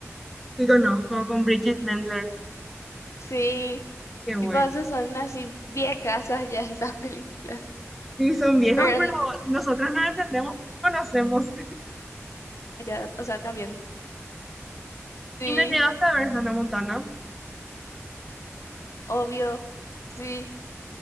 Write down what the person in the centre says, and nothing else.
y conozco con Bridget Mendler,
qué bueno.
Sí, son viejas,
pero
nosotras no entendemos porque conocemos.
Y no llegaste a ver Hannah Montana.